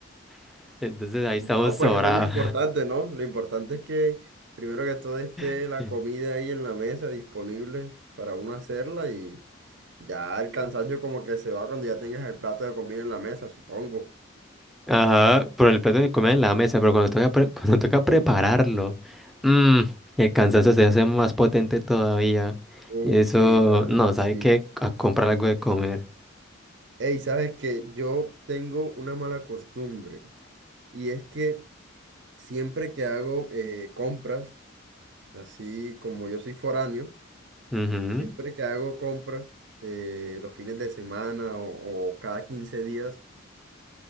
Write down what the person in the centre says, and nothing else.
<laughs> Entonces ahí estamos
sobrados.
<laughs>
Ajá, por el plato de comida en la mesa, pero cuando toca, pre- <laughs> cuando toca prepararlo, mm, el cansancio se hace más potente todavía.
Y eso,
no, sabe
que a comprar algo de comer.
Ujú.